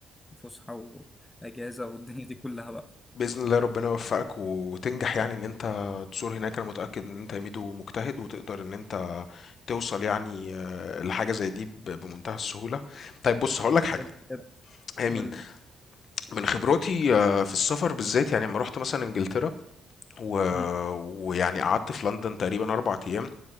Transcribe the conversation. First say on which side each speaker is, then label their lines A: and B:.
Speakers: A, on the left; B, on the left.
A: فسحة وأجازة والدنيا دي كلها بقى
B: بإذن الله ربنا يوفقك وتنجح يعني إن أنت تزور هناك، أنا متأكد إن أنت ميدو مجتهد وتقدر إن أنت توصل يعني آه، لحاجة زي دي ب بمنتهى السهولة. طيب بُص هاقول لك
A: يا
B: حاجة،
A: رب كده
B: هي مين،
A: قول لي
B: من خبراتي آه، في السفر بالذات يعني أمّا رُحت مثلًا إنجلترا و
A: مم.
B: ويعني قعدت في لندن تقريبًا 4 أيام،